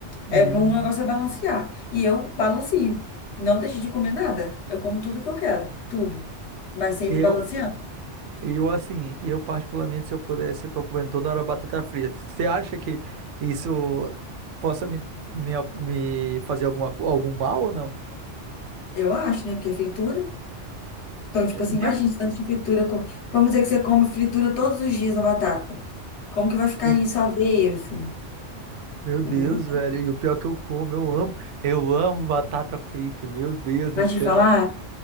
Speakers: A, on the right; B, on the left.
A: Hum,
B: É, o negócio é balancear. E eu balanceio. Não deixo de comer nada. Eu como tudo que eu quero. Tudo. Mas sempre
A: eu
B: balanceando.
A: Eu, assim, eu particularmente, se eu pudesse, eu tô comendo toda hora batata frita. Você acha que isso possa me, me, me fazer alguma, co- algum mal ou não?
B: Eu acho, né? Porque é fritura. Então, tipo
A: É
B: assim,
A: Mesmo
B: imagina tanto de fritura. co- Vamos dizer que você come fritura todos os dias a batata. Como que vai ficar
A: sim.
B: isso a ver, assim?
A: Meu Deus,
B: E...
A: velho. E o pior é que eu como, eu amo. Eu amo batata frita. Meu Deus
B: Mas
A: do céu.
B: te falar,